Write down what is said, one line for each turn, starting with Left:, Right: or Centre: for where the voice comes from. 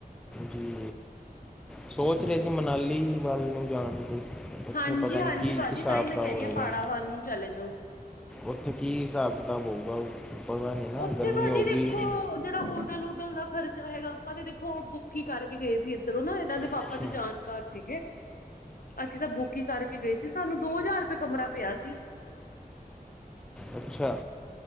Centre: ਜੀ ਸੋਚ
Left: ਹਮ
Centre: ਰਹੇ ਸੀ ਮਨਾਲੀ ਵੱਲ ਨੂੰ ਜਾਣ ਦੀ ਉੱਥੇ
Left: ਹਾਂਜੀ
Centre: ਪਤਾ ਨੀ
Left: ਹਾਂਜੀ
Centre: ਕੀ
Left: ਭਾਜੀ
Centre: ਹਿਸਾਬ
Left: ਤਾਂ ਹੀ
Centre: ਕਿਤਾਬ
Left: ਮੈਂ ਕਹਿ
Centre: ਹੋਏਗਾ
Left: ਰਹੀ ਹਾਂ ਪਹਾੜਾਂ ਵੱਲ ਨੂੰ ਚਲੇ ਜਾਓ।
Centre: ਉੱਥੇ ਕੀ ਹਿਸਾਬ ਕਿਤਾਬ ਹੋਊਗਾ ਪਤਾ ਨਹੀਂ ਨਾ
Left: ਉੱਥੇ
Centre: ਗਰਮੀ
Left: ਭਾਜੀ
Centre: ਹੋਗੀ
Left: ਦੇਖੋ ਜਿਹੜਾ ਹੋਟਲ ਹੋਟਲ ਦਾ ਖਰਚਾ ਹੈਗਾ ਆਪਾਂ ਤੇ ਦੇਖੋ ਬੁੱਕ ਹੀ ਕਰਕੇ ਗਏ ਸੀ ਇੱਧਰੋਂ ਨਾ ਇਦਾਂ ਦੇ ਪਾਪਾ
Centre: ਅੱਛਾ
Left: ਦੇ ਜਾਣਕਾਰ ਸੀਗੇ ਅਸੀਂ ਤਾਂ ਬੁੱਕ ਕਰਕੇ ਗਏ ਸੀ ਸਾਨੂੰ ਦੋ ਹਜ਼ਾਰ ਰੁਪਏ ਕਮਰਾ ਪਿਆ ਸੀ।
Centre: ਅੱਛਾ।